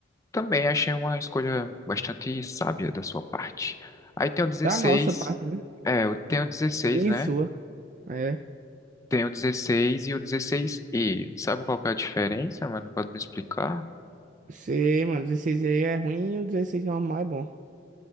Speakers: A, on the left (about 15°); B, on the right (about 40°).
A: Também achei uma escolha bastante sábia da sua parte. Aí tem o 16,
B: Da nossa parte, né?
A: é, eu tenho o 16,
B: Minha
A: né?
B: e sua. É.
A: Tem o 16 e o 16E. Sabe qual que é a diferença, mano? Pode me explicar?
B: Você, mano, 16 aí é ruim e o 16 normal é bom.